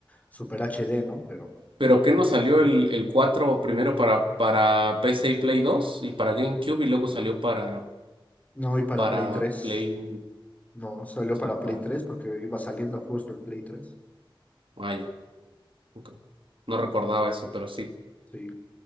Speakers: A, on the left; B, on the right.
A: super HD, ¿no? Pero
B: ¿Pero qué nos salió el, el 4 primero para, para PC y Play 2 y para GameCube y luego salió para,
A: no, y para
B: para
A: Play 3.
B: Play...
A: No, salió para
B: Salió
A: Play
B: para...
A: 3 porque iba saliendo justo el Play tres,
B: Ah, ya. Ok. No recordaba eso, pero sí.
A: Sí.